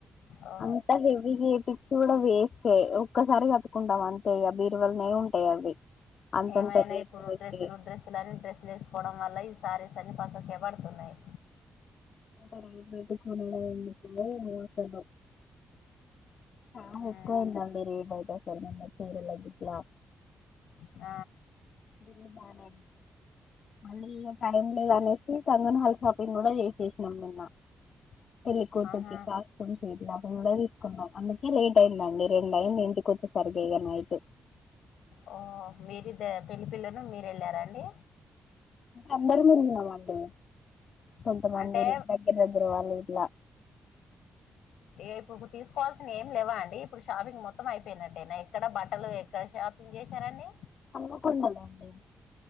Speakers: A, on the left; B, on the left.
A: ఆ
B: అంత హేవి చేపిస్తే చూడా వేస్ట్ ఒక్కసారి కట్టుకుంటాం అంతే, ఇగా బీరువలనే ఉంటాయి అవి అంతంత
A: ఏమైనా
B: రేట్లు
A: ఇప్పుడు
B: పెట్టి
A: డ్రస్సులు డ్రెస్సులు అని డ్రెస్లు ఏసుకోవడం వల్ల ఈ శారీస్ అన్ని పక్కకి పడ తున్నాయి
B: అ రైటు పో నడా ఎన్నకు ఎలాసనం <unintelligible> ఆ బాగా
A: మ్మ్
B: ఎక్కువైందండి రేటు అయితే ఒకేసారి <unintelligible>
A: మ్
B: ఇల్లు బానే మళ్ళీ టైం లేదు అనేసి కంగన్ హల్ షాపింగ్ కూడా చేసేసినాం నిన్న. పెళ్లి కూతురికి
A: ఆహా
B: కాస్ట్యూమ్ లాభం కూడా తీసుకున్నాం అందుకే లేట్ అయిందండి రెండు అయిందండి ఇంటికొచ్చే సరికి నైట్
A: ఓ మీరుద్దరు పెళ్లి పిల్లలు మీరు వెళ్ళారా అండి
B: అందరం వెళ్ళినామండి. కొంతమంది
A: అంటే
B: దగ్గర దగ్గర వాళ్ళు ఇలా
A: ఏ ఇప్పుడు తీసుకోవాల్సిన ఏం లేవా అండి. ఇప్పుడు షాపింగ్ మొత్తం అయిపోయినట్టేనా? ఇక్కడ బట్టలు ఎక్కడ షాప్ ఏం చేశారండి.
B: పడుకున్నాఅండి